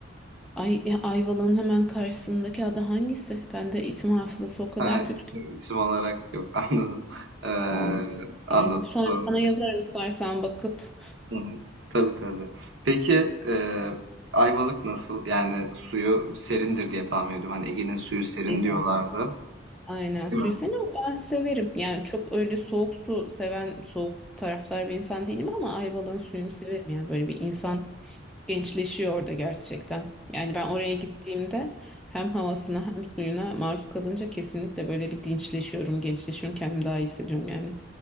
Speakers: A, in the centre; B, on the right.
A: Ay, ya Ayvalık'ın hemen karşısındaki ada hangisi? Ben de isim hafızası o kadar
B: Ha,
A: kötü
B: isim
A: ki.
B: isim olarak yok. <laughs> Anladım. Eee,
A: Vallahi.
B: anladım.
A: Yani sonra
B: Sorun
A: sana yazarım istersen bakıp.
B: Hı hı. Tabii tabii. Peki eee, Ayvalık nasıl? Yani suyu serindir diye tahmin ediyorum. Hani Ege'nin suyu serin
A: Evet.
B: diyorlardı.
A: Aynen suyu
B: Değil mi?
A: sen ama ben severim. Yani çok öyle soğuk su seven soğuk taraftar bir insan değilim ama Ayvalık'ın suyunu severim. Yani böyle bir insan gençleşiyor orada gerçekten. Yani ben oraya gittiğimde hem havasına hem suyuna maruz kalınca kesinlikle böyle bir dinçleşiyorum, gençleşiyorum, kendimi daha iyi hissediyorum yani.